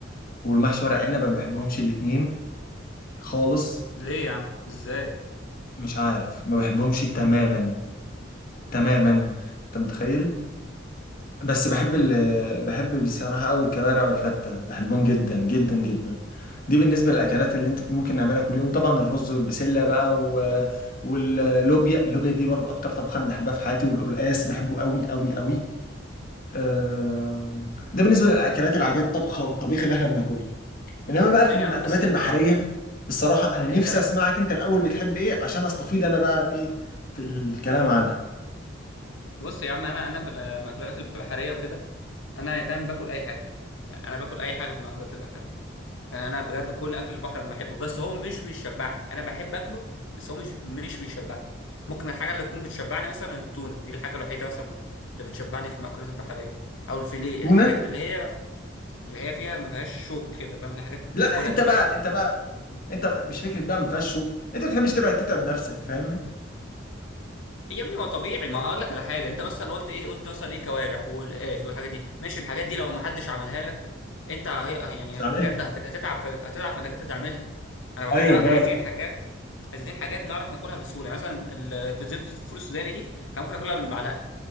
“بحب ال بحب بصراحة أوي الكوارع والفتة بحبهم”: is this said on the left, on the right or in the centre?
Left